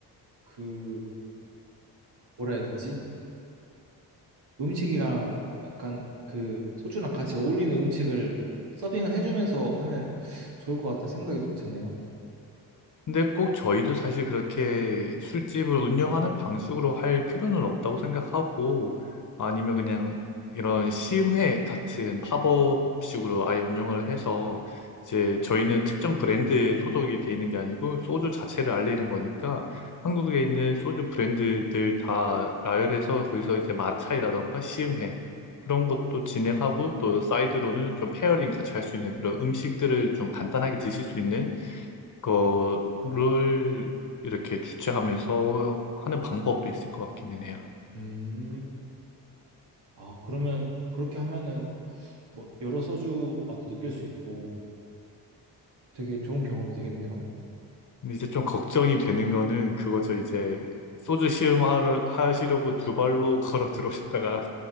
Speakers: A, on the right (about 70°); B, on the left (about 45°).
A: 그, 뭐라 해야 되지? 음식이랑 약간 그 소주랑 같이 어울리는 음식을 서빙을 해주면서 하면 좋을 것 같다는 생각이 좀 드네요.
B: 근데 꼭 저희도 사실 그렇게 술집을 운영하는 방식으로 할 필요는 없다고 생각하고 아니면 그냥 이런 시음회 같은 팝업식으로 아예 운영을 해서 이제 저희는 특정 브랜드에 소속이 돼 있는 게 아니고 소주 자체를 알리는 거니까 한국에 있는 소주 브랜드들 다 나열해서 거기서 이제 마차이라던가 시음회 그런 것도 진행하고 또 사이드로는 좀 페어링 같이 할 수 있는 그런 음식들을 좀 간단하게 드실 수 있는 거를 이렇게 주최하면서 하는 방법도 있을 것 같기는 해요.
A: 음, 아, 그러면 그렇게 하면은 뭐 여러 소주 맛도 느낄 수 있고 되게 좋은 경험이 되겠네요.
B: 근데 이제 좀 걱정이 되는 거는 그거죠. 이제 소주 시음 하러, 하시려고 두 발로 <laughs> 걸어 들어오셨다가